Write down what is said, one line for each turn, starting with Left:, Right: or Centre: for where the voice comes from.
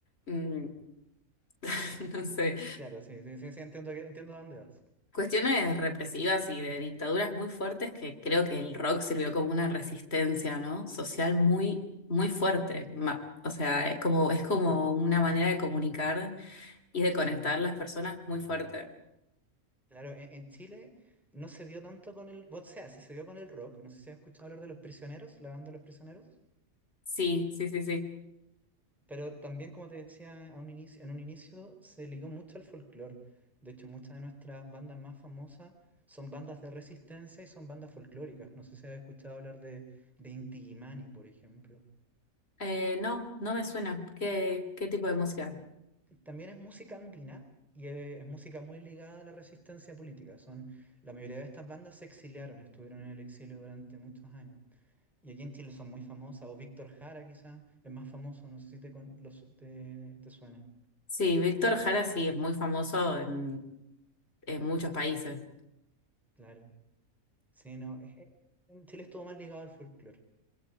Left: mm, <laughs> no sé.
Centre: claro, sí, sí, sí, sí, entiendo, que- entiendo a dónde vas.
Left: Cuestiones represivas y de dictaduras muy fuertes que creo que el rock sirvió como una resistencia, ¿no? Social muy, muy fuerte. Ma- O sea, es como, es como una manera de comunicar y de conectar las personas muy fuerte.
Centre: Claro, en, en Chile no se dio tanto con el, o sea, sí se dio con el rock, no sé si has escuchado hablar de Los Prisioneros, la banda Los Prisioneros.
Left: Sí, sí, sí, sí.
Centre: Pero también, como te decía a un inicio, en un inicio se ligó mucho al folclore. De hecho, muchas de nuestras bandas más famosas son bandas de resistencia y son bandas folclóricas. No sé si has escuchado hablar de, de Inti Illimani, por ejemplo.
Left: Eh, no, no me suena. ¿Qué, qué tipo de música?
Centre: Ta- También es música andina y eh, es música muy ligada a la resistencia política. Son, la mayoría de estas bandas se exiliaron, estuvieron en el exilio durante muchos años. Y aquí en Chile son muy famosas, o Víctor Jara quizás es más famoso, no sé si te, con- los- te te suena.
Left: Sí, Víctor Jara sí, es muy famoso en, en muchos países.
Centre: Claro. Sí, no, es que en Chile estuvo más ligado al folclore.